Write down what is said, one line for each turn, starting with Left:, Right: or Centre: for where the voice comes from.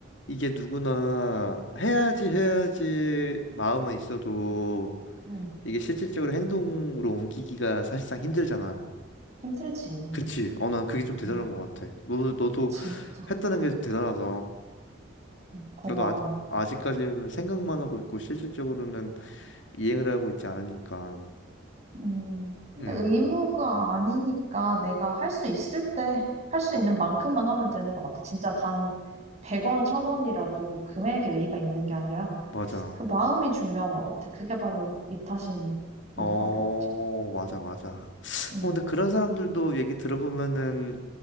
Left: 이게 누구나 해야지 해야지 마음은 있어도
Right: 음,
Left: 이게 실질적으로 행동으로 옮기기가 사실상 힘들잖아.
Right: 힘들지.
Left: 그치? 어, 난 그게 좀 대단한
Right: 음,
Left: 것 같아. 너, 너도
Right: 진짜
Left: 했다는 게 대단하다.
Right: 고마워.
Left: 너도 아, 아직까지는 생각만 하고 있고 실질적으로는 이행을 하고 있지 않으니까.
Right: 음, 근데
Left: 음,
Right: 의무가 아니니까 내가 할 수 있을 때 할 수
Left: 어,
Right: 있는 만큼만 하면 되는 것 같아. 진짜 단 100원, 1000원이라도 금액에 의의가 있는 게 아니라
Left: 맞아.
Right: 그 마음이 중요한 것 같아. 그게 바로 이타심인
Left: 어,
Right: 거겠지?
Left: 맞아, 맞아.
Right: 음,
Left: 어, 근데 그런 사람들도 얘기 들어보면은